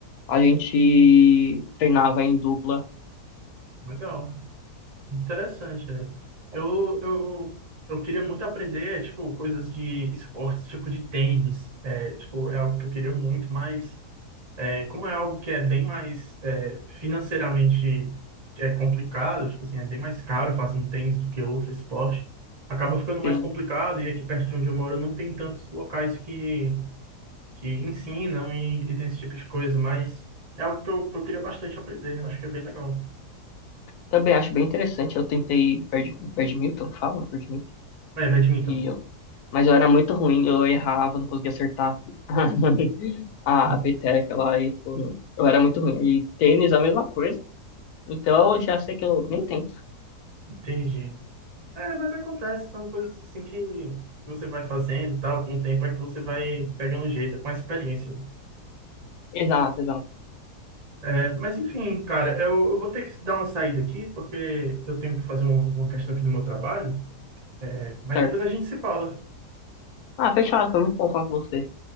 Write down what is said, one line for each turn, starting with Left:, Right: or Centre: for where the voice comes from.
Left: a gente treinava em dupla.
Right: Legal. Interessante, cara. Eu, eu, eu queria muito aprender, tipo, coisas de esportes, tipo de tênis. É, tipo, é algo que eu queria muito, mas é, como é algo que é bem mais é, financeiramente é complicado, tipo assim, é bem mais caro fazer um tênis do que outro esporte, acaba ficando
Left: assim.
Right: mais complicado e aqui perto de onde eu moro não tem tantos locais que, que ensinam e, e tem esse tipo de coisa, mas é algo que eu, que eu queria bastante aprender, eu acho que é bem legal.
Left: Também acho bem interessante. Eu tentei bad- badminton, fala, badminton.
Right: É, badminton.
Left: E eu, mas eu era muito ruim, eu errava, não conseguia acertar <laughs> a,
Right: <laughs>
Left: a peteca lá. E, tipo, eu era muito ruim. E tênis, a mesma coisa. Então, já sei que eu nem tento.
Right: Entendi. É, mas acontece, são coisas assim que você vai fazendo e tal, com o tempo é que você vai pegando um jeito, é com a experiência.
Left: Exato, exato.
Right: É, mas enfim, cara, eu, eu vou ter que dar uma saída aqui, porque eu tenho que fazer uma, uma questão aqui do meu trabalho, é, mas
Left: Certo.
Right: depois a gente se fala,
Left: Ah, fechado. Foi muito bom falar com você.